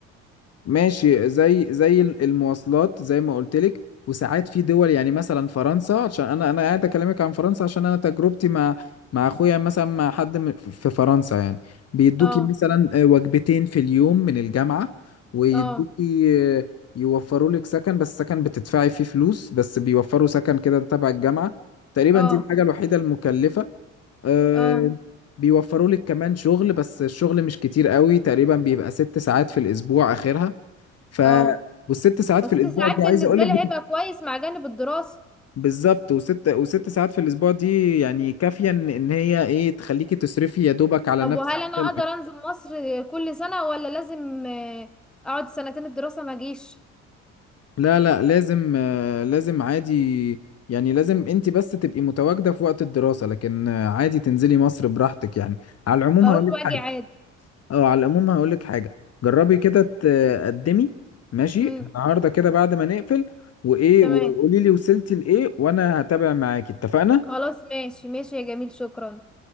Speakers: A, on the left (about 40°); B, in the centre.
A: ماشي زي زي ال- المواصلات زي ما قلت لك وساعات في دول يعني مثلا فرنسا عشان انا انا قاعد اكلمك عن فرنسا عشان انا تجربتي مع مع اخويا مثلا مع حد م- في فرنسا يعني بيدوكي
B: اه
A: مثلا آه، وجبتين في اليوم من الجامعة ويدوكي
B: اه
A: آه، يوفروا لك سكن بس سكن بتدفعي فيه فلوس بس بيوفروا سكن كده تبع الجامعة تقريبا
B: اه
A: دي الحاجة الوحيدة المكلفة آه،
B: اه
A: بيوفروا لك كمان شغل بس الشغل مش كتير قوي تقريبا بيبقى ست ساعات في الأسبوع آخرها ف
B: اه
A: والست ساعات
B: بس
A: في الاسبوع
B: ست ساعات
A: دي عايز
B: بالنسبة
A: اقول لك
B: لي
A: بت...
B: هيبقى كويس مع جانب الدراسة
A: بالظبط وست وست ساعات في الاسبوع دي يعني كافيه ان إن هي ايه تخليكي تصرفي يا دوبك على
B: طب
A: نفسك
B: وهل انا
A: كده الاكل
B: اقدر انزل مصر كل سنة ولا لازم آه، اقعد سنتين الدراسة ما اجيش
A: لا لا لازم آه، لازم عادي يعني لازم انت بس تبقي متواجده في وقت الدراسه لكن آه، عادي تنزلي مصر براحتك يعني على العموم
B: اروح
A: هقول لك
B: واجي
A: حاجه
B: عادي
A: اه على العموم هقول لك حاجه جربي كده تقدمي ماشي
B: امم
A: النهارده كده بعد ما نقفل وايه
B: تمام
A: وقولي لي وصلتي لايه وانا هتابع معاكي اتفقنا
B: خلاص ماشي ماشي يا جميل شكرا